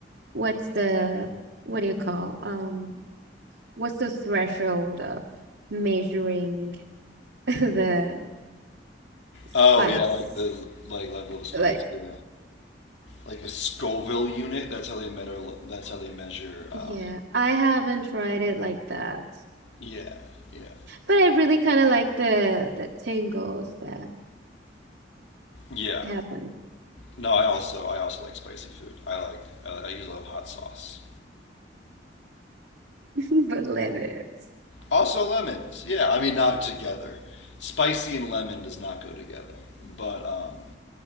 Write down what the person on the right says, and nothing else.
what's the what do you call um what's the threshold of measuring <laughs> the spice?
Like,
yeah,
I haven't tried it like that.
But I really kind of like the the tingles that
happen
<laughs> but limits.